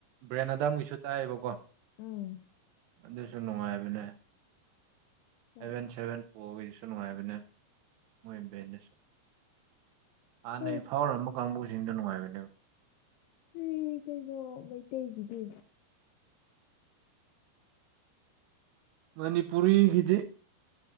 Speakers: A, on the right (about 80°); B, on the left (about 85°).
A: ꯕ꯭ꯔꯦꯟ ꯑꯗꯥꯝꯒꯤꯁꯨ ꯇꯥꯏꯌꯦꯕꯀꯣ
B: ꯎꯝ
A: ꯑꯗꯨꯁꯨ ꯅꯨꯡꯉꯥꯏꯕꯅꯦ
B: ꯍꯣꯏ
A: ꯑꯦꯚꯦꯟ ꯁꯚꯦꯟ ꯐꯣꯔꯒꯤꯁꯨ ꯅꯨꯡꯉꯥꯏꯕꯅꯦ ꯃꯣꯏ ꯕꯦꯟꯗꯁꯨ ꯍꯥꯟꯅꯩ
B: ꯍꯣꯏ
A: ꯐꯥꯎꯔꯝꯕ ꯀꯥꯡꯕꯨꯁꯤꯡꯗ ꯅꯨꯡꯉꯥꯏꯕꯅꯦ
B: ꯣꯏ ꯀꯩꯅꯣ ꯃꯩꯇꯩꯒꯤꯗꯤ
A: ꯃꯅꯤꯄꯨꯔꯤꯒꯤꯗꯤ